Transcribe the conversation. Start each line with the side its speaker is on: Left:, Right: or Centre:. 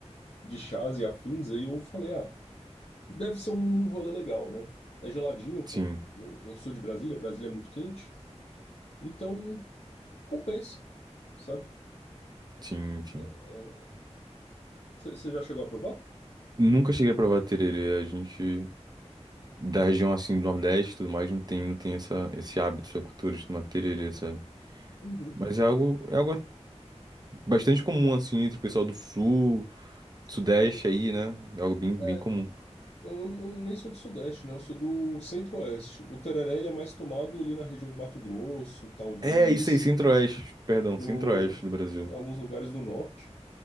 Left: de chás e afins, aí eu falei, ah, deve ser um rolê legal, né? É geladinho,
Right: sim,
Left: pô. Eu, eu sou de Brasília, Brasília é muito quente, então compensa, sabe?
Right: sim, sim.
Left: É, Você já chegou a provar?
Right: Nunca cheguei a provar tererê, a gente... da região assim do Nordeste e tudo mais não tem, não tem essa, esse hábito, essa cultura de tomar tererê, sabe?
Left: Uhum.
Right: Mas é algo, é algo bastante comum assim entre o pessoal do Sul, Sudeste aí, né? É algo bem, bem
Left: É,
Right: comum.
Left: eu, eu nem sou do Sudeste, né? Eu sou do Centro-Oeste. O tereré, ele é mais tomado ali na região do Mato Grosso, talvez
Right: É isso aí, Centro-Oeste, perdão,
Left: no,
Right: Centro-Oeste do Brasil.
Left: em alguns lugares do norte,